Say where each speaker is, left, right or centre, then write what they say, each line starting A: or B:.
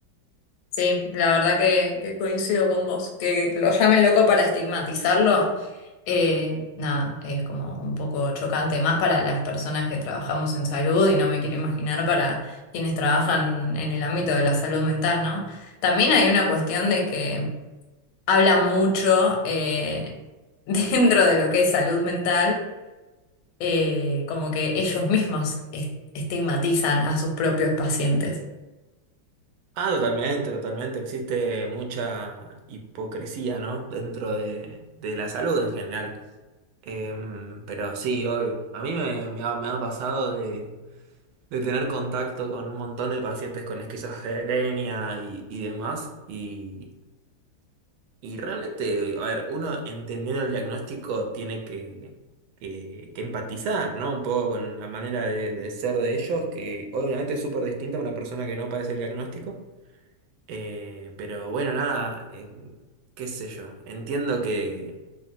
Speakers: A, on the left; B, on the right.
A: Sí, la verdad que, que coincido con vos. Que lo llamen loco para estigmatizarlo, eh, nada, es como un poco chocante más para las personas que trabajamos en salud y no me quiero imaginar para quienes trabajan en el ámbito de la salud mental, ¿no? También hay una cuestión de que habla mucho eh, <laughs> dentro de lo que es salud mental, eh, como que ellos mismos est- estigmatizan a sus propios pacientes.
B: Ah, totalmente, totalmente. Existe mucha hipocresía, ¿no? Dentro de, de la salud en general. Em, pero sí, obvio. A mí me, me ha, me ha pasado de, de tener contacto con un montón de pacientes con esquizofrenia y, y demás. y Y realmente, a ver, uno entendiendo el diagnóstico tiene que, que, que empatizar, ¿no? Un poco con la manera de, de ser de ellos, que obviamente es súper distinta a una persona que no padece el diagnóstico. Eh, pero bueno, nada, eh, qué sé yo. Entiendo que